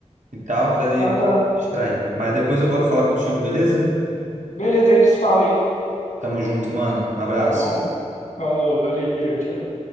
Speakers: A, on the right; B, on the left.
A: e tal, para ele
B: Tá, tá.
A: distrair. Mas depois eu volto a falar contigo, beleza?
B: Beleza, a gente se fala aí,
A: Tamo junto, mano. Um abraço.
B: tá bom? Falou, valeu, tchau.